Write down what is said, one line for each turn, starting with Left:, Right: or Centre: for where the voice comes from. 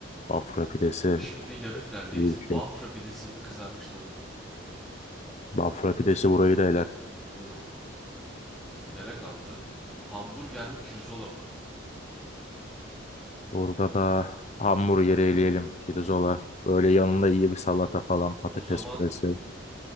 Left: Bafra pidesi
Centre: Şimdi yarı finaldeyiz.
Left: İyi bir
Centre: Bafra
Left: şey.
Centre: pidesi mi kızarmış tavuk mu?
Left: Bafra pidesi burayı da eler.
Centre: Uh. Finale kaldı. Hamburger mi pirzola mı?
Left: Burada da hamburgeri eleyelim. Pirzola. Böyle yanında iyi bir salata falan. Patates
Centre: O zaman
Left: püresi.